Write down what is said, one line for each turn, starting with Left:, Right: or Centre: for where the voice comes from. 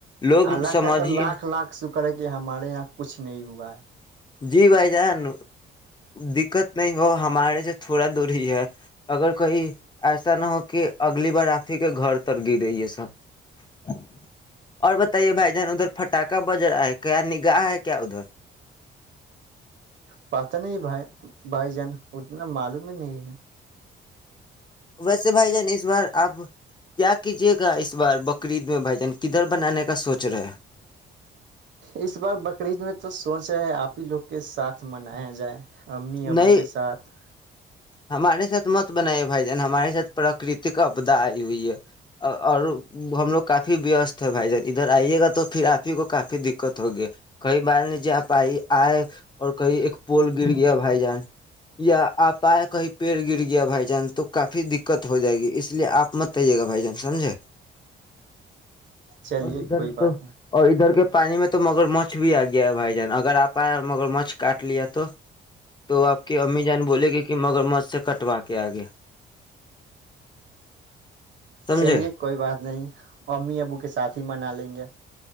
Left: لوگ
Right: اللہق
Left: سمجھ
Right: ہے تو
Left: ہی
Right: لاکھ
Left: نہیں۔
Right: لاکھ شکر ہے کہ ہمارے یہاں کچھ نہیں ہوا ہے
Left: جی بھائی جان دقت نہیں ہو ہمارے سے تھوڑا دور ہی ہے اگر کوئی ایسا نہ ہو کہ اگلی بار آپ ہی کے گھر تر گرے ہے سب اور بتائیے بھائی جان ادھر پٹااکا بج رہا ہے کیا نگاہ ہے کیا ادھر
Right: پتاہ نہیں بھائی بھائی جان اتنا معلوم ہی نہیں ہے
Left: ویسے بھائی جان اس بار آپ کیا کیجیے گا اس بار بقرید میں بھائی جان کدھر بنانے کا سوچ رہے ہیں
Right: اس بار بکرعید میں تو سوچ ہے آپ ہی لوگ کے ساتھ منایا جائے امی ابو
Left: نئی
Right: کے ساتھ
Left: ہمارے ساتھ مت بنائے بھائی جان ہمارے ساتھ پرکرت آدا آئی ہوئی ہے اور ہم لوگ کافی وست ہے بھائی جان ادھر آئیے گا تو پھر آپ ہی کو کافی دقت ہوگی کئی بال ن جے آ پائی آئے اور کہئی ایک پول گر گیا بھائی جان یا آپ آئے کہیں پیڑ گر گیا بھائی جان تو کافی دقت ہو جائے گی اس لیے آپ مت آئیے گا بھائی جان سمجھے
Right: چلیے
Left: اور ادھر
Right: کوئی بات
Left: تو
Right: نہیں
Left: اور ادھر کے پانی میں تو مگر مچ بھی آ گیا ہے بھائی جان اگر آپ آیا اور مگر مچھ کاٹ لیا تو تو آپ کی امی جان بولے گی کہ مگر مت سے کٹوا کے آ گیا سمجھے
Right: چلیے کوئی بات نہیں امی ابو کے ساتھ ہی منا لیں گے